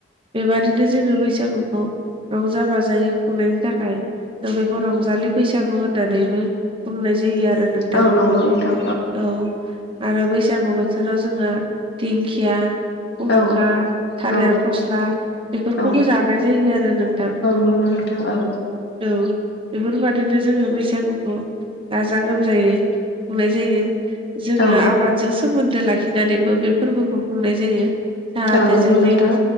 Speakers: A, on the right; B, on the left.
A: बेबादिनो जोङो बैसागुखौ रंजा बाजायै खुंनायनि थाखाय खो बेखौ रंजालि बैसागु होननानै बो बुंनाय जायो आरो नोंथां।
B: औ नंगौ नोंथां
A: औ आरो बैसागु बोथोराव जोंहा दिंखिया खुंखा,
B: औ
A: थालिर
B: औ
A: फस्ला बेफोरखौबो
B: औ
A: जानाय जायो आरो नोंथां।
B: नंगौ औ नोंथां औ।
A: ओं बेफोरबादिनो जोङो बैसागुखौ गाजा गोमजायै खुंनाय जायो। जोङो
B: औ
A: आबाद जों सोमोन्दो लाखिनानैबो बे फोरबोखौ खुंनाय जायो। जाहाथे
B: औ नंगौ
A: जोंनि
B: नोंथां